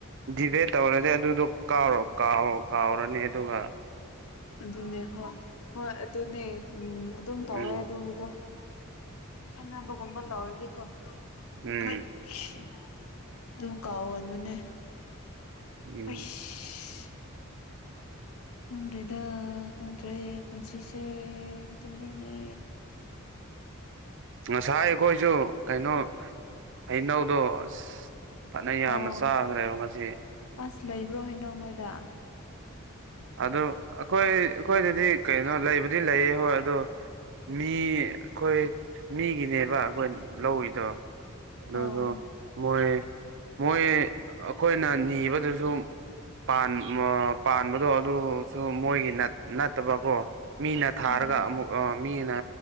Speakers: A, on the right; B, on the left.
A: ꯗꯤꯕꯦꯠ ꯇꯧꯔꯗꯤ ꯑꯗꯨꯗꯣ ꯀꯥꯎꯔꯣ ꯀꯥꯎꯔꯣ ꯀꯥꯎꯔꯅꯤ ꯑꯗꯨꯒꯥ
B: ꯑꯗꯨꯅꯦ ꯍꯣꯏ ꯍꯣꯏ ꯑꯗꯨꯅꯦ ꯎꯝ ꯑꯗꯨꯝ ꯇꯧꯋꯦ
A: ꯎꯝ
B: ꯑꯗꯨꯒꯤꯗꯣ ꯈꯠꯅꯥꯕꯒꯨꯝꯕ ꯇꯧꯔꯗꯤꯀꯣ
A: ꯎꯝ
B: <unintelligible> ꯑꯗꯨꯝ ꯀꯥꯎꯒꯅꯨꯅꯦ
A: ꯎꯝ
B: ꯑꯩꯁ ꯈꯪꯗ꯭ꯔꯦꯗꯥ ꯈꯪꯗ꯭ꯔꯦ ꯄꯨꯟꯁꯤꯁꯦ ꯇꯨꯝꯅꯤꯡꯉꯦ
A: ꯉꯥꯁꯥꯏ ꯑꯩꯈꯣꯏꯁꯨ ꯀꯩꯅꯣ ꯍꯩꯅꯧꯗꯣ ꯑꯁ ꯐꯥꯅ ꯌꯥꯝꯅ
B: ꯑꯧ
A: ꯆꯥꯕꯅꯦꯕ ꯉꯥꯁꯤ
B: ꯑꯁ ꯂꯩꯕ꯭ꯔꯣ ꯍꯩꯅꯧ ꯅꯣꯏꯗ
A: ꯑꯗꯨ ꯑꯩꯈꯣꯏ ꯑꯩꯈꯣꯏꯗꯗꯤ ꯀꯩꯅꯣ ꯂꯩꯕꯨꯗꯤ ꯂꯩꯌꯦ ꯍꯣꯏ ꯑꯗꯣ ꯃꯤ ꯑꯩꯈꯣꯏ ꯃꯤꯒꯤꯅꯦꯕ ꯑꯩꯈꯣꯏ ꯂꯧꯏꯗꯣ ꯑꯗꯨꯒ
B: ꯑꯣ
A: ꯃꯣꯏ ꯃꯣꯏ ꯑꯩꯈꯣꯏꯅ ꯅꯤꯕꯗꯨꯁꯨꯝ ꯄꯥꯟ ꯃ ꯄꯥꯟꯕꯗꯣ ꯑꯗꯨꯁꯨ ꯃꯣꯏꯒꯤ ꯅꯠ ꯅꯠꯇꯕꯀꯣ ꯃꯤꯅ ꯊꯥꯔꯒ
B: ꯎꯝ
A: ꯑꯃꯨꯛ ꯑ ꯃꯤꯅ